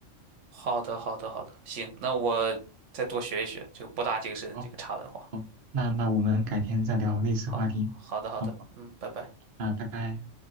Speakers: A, on the right; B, on the right.
A: 好的，好的，好的，行，那我再多学一学这个博大精深这个茶文化。
B: 哦哦，那那我们改天再聊类似话题。
A: 好，好的，好的，
B: 好，
A: 嗯，拜拜。
B: 那拜拜。